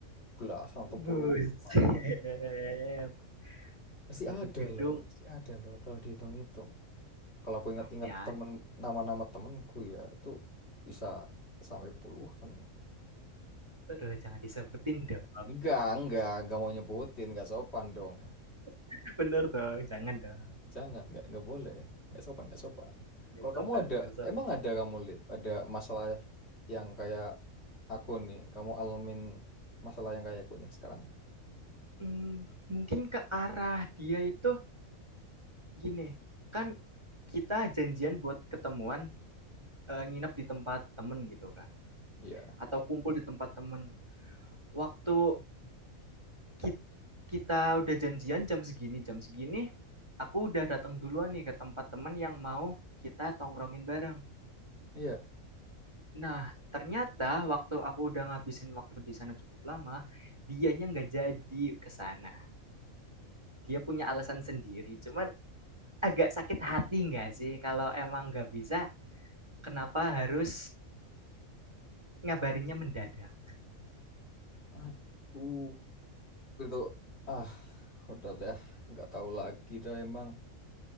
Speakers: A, on the left; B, on the right.
A: belasan atau
B: Buset,
A: puluhan malah. Pasti
B: satu
A: ada
B: gedung
A: loh, pasti ada loh kalau dihitung-hitung. Kalau aku ingat-ingat
B: Pasti ada
A: temen nama-nama temenku ya itu bisa sampai puluhan.
B: aduh jangan disebutin dong.
A: Enggak, enggak, enggak mau nyebutin, enggak sopan dong.
B: <laughs> Bener dong, jangan dong,
A: Jangan, enggak, enggak boleh. Enggak sopan, enggak sopan.
B: nggak
A: Kalau
B: sopan
A: kamu ada,
B: nggak sop
A: emang ada kamu, Lip, ada masalah yang kayak aku nih. Kamu alamin masalah yang kayak aku nih sekarang.
B: mmm, mungkin ke arah dia itu gini, kan kita janjian buat ketemuan, eee, nginep di tempat temen gitu kan,
A: Iya,
B: atau kumpul di tempat temen. Waktu kit kita udah janjian jam segini jam segini, aku udah datang duluan nih ke tempat temen yang mau kita tongkrongin bareng.
A: iya.
B: Nah, ternyata waktu aku udah ngabisin waktu di sana cukup lama, dianya nggak jadi ke sana. Dia punya alasan sendiri, cuman agak sakit hati nggak sih kalau emang nggak bisa, kenapa harus ngabarinnya mendadak?
A: Aduh, gitu. Ah, udah deh, enggak tahu lagi dah emang.